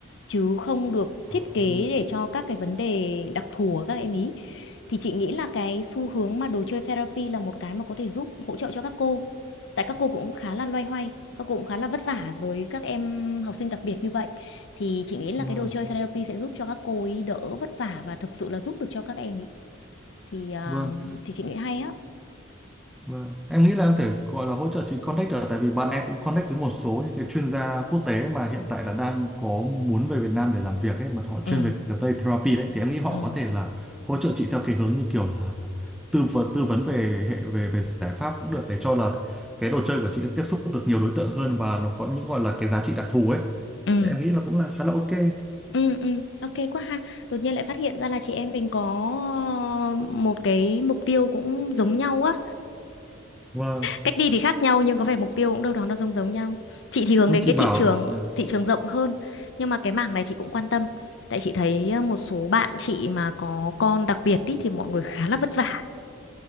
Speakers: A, on the left; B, in the centre.
A: chứ không được
B: ồ,
A: thiết kế để cho các cái vấn đề đặc thù của các em ý thì chị nghĩ là cái xu hướng mà đồ chơi therapy là một cái mà có thể giúp hỗ trợ cho các cô tại các cô cũng khá là loay hoay các cô cũng khá là vất vả với các em học sinh đặc biệt như vậy thì chị nghĩ là
B: vâng
A: cái đồ chơi therapy sẽ giúp cho các cô ấy đỡ vất vả và thực sự là giúp được cho các em ý thì à,
B: vâng
A: thì chị nghĩ hay á
B: Vâng. Em nghĩ là em thể gọi là hỗ trợ chị connect được tại vì bạn em cũng connect với một số những cái chuyên gia quốc tế mà hiện tại là đang có muốn về Việt Nam để làm việc ấy mà họ
A: ừ
B: chuyên về cái play therapy đấy thì em nghĩ họ
A: ừ
B: có thể là hỗ trợ chị theo cái hướng như kiểu là tư vấn tư vấn về hệ về về giải pháp cũng được để cho là cái đồ chơi của chị tiếp xúc được nhiều đối tượng hơn và nó có những gọi là cái giá trị đặc thù ấy
A: ừ
B: thì em nghĩ là cũng là khá là ok
A: ừ ừ ok quá ha đột nhiên lại phát hiện ra là chị em mình có ờ, một cái mục tiêu cũng giống nhau á
B: và
A: cách đi thì khác nhau nhưng có vẻ mục tiêu cũng đâu đó nó giống giống nhau chị thì hướng
B: nên
A: đến
B: chị
A: cái
B: bảo
A: thị trường
B: là, là
A: thị trường rộng hơn nhưng mà cái mảng này chị cũng quan tâm tại chị thấy ờ, một số bạn chị mà có con đặc biệt ý, thì mọi người khá là vất vả